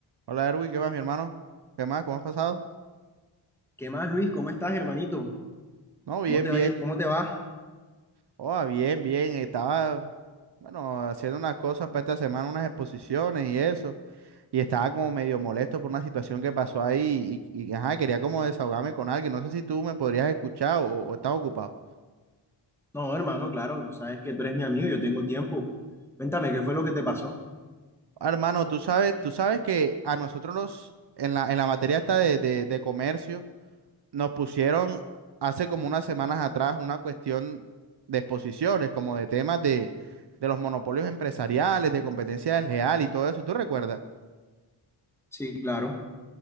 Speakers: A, on the right; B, in the centre.
A: Hola Erwin, ¿qué más, mi hermano? ¿Qué más? ¿Cómo has pasado?
B: ¿Qué más, Luis? ¿Cómo estás, hermanito?
A: No, bien,
B: ¿Cómo te
A: bien.
B: va? ¿Cómo te va?
A: Oh, bien, bien. Estaba, bueno, haciendo unas cosas para esta semana, unas exposiciones y eso. Y estaba como medio molesto por una situación que pasó ahí y, y, ajá, quería como desahogarme con alguien. No sé si tú me podrías escuchar o, o estás ocupado.
B: No, hermano, claro, tú sabes que tú eres mi amigo, yo tengo tiempo. Cuéntame, ¿qué fue lo que te pasó?
A: Ah, hermano, tú sabes, tú sabes que a nosotros los, en la, en la materia esta de, de de comercio. nos pusieron hace como unas semanas atrás una cuestión de exposiciones, como de temas de, de los monopolios empresariales, de competencia desleal y todo eso. ¿Tú recuerdas?
B: Sí, claro.